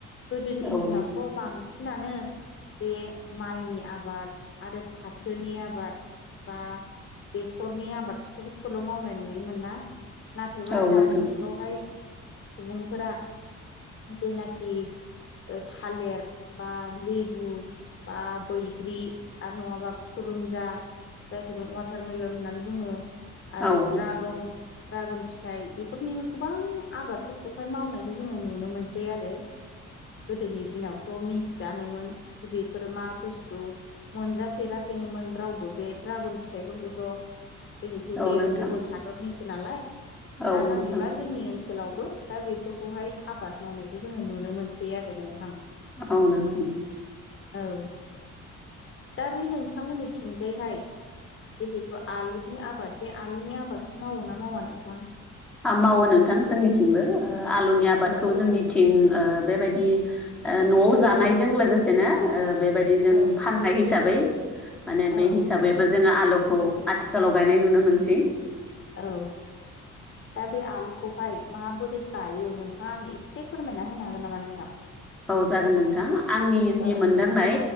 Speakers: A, on the left; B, in the centre.
A: गोदोनि
B: औ
A: दिनावथ'
B: नोंथां
A: बांसिनानो बे माइनि आबाद आरो फाथोनि आबाद बा बेसरनि आबादफोरखौल' मावनाय नुयोमोन ना नाथायबा
B: औ
A: दानि
B: नोंथां
A: जुगावहाय सुबुंफोरा जेनाखि थालिर बा लेबु बा बैग्रि आरो नङाबा खुरुम जा जायखौ जों वाटारमेलन होननानै बुङो आरो
B: औ नोंथां
A: ड्रागन द्रागन फिथाइ बेफोरनिबो गोबां आबादफोरखौहाय मावनायखौ जोङो नुनो मोनसै आरो गोदोनि दिनावथ' मिथिजानोमोन खि बेफोर मा बुस्थु मोनजाफेराखैनोमोन रावबो बे दड्रागन फिथाइफोरखौथ' जिहेथु
B: औ
A: बियो
B: नोंथां
A: गुबुन हादरनिसो नालाय
B: औ नोंथां औ
A: दा
B: नोंथां
A: नाथायबा जोंनि ओनसोल ओनसोलावबो दा बेफोरखौहाय आबाद मावनायखौ जोङो नुनो मोनसै आरो ना
B: औ नोंथां
A: औ दा बे नोंथांमोननि थिंजायहाय जिहेतु आलुनि आबाद बे आलुनि आबादखौ मावो ना मावा नोंथां?
B: मावो नोंथां जोंनिथिंबो आलुनि आबादखौ
A: औ
B: जोंनिथिं ओ बेबायदि न'आव जानायजों लोगोसेनो ओ बेबायदिनो
A: औ
B: फान्नाय हिसाबै माने
A: औ
B: बे हिसाबैबो
A: नंगौ
B: जोङो आथिखालाव गायनाय नुनो मोनसै
A: औ दा बे आलुखौहाय माबोरै गायो नोंथाङा आं एसे फोरमायना होनो हागोन नामा नोंथां?
B: औ जागोन नोंथां आंनि
A: औ
B: जि मोनदांनाय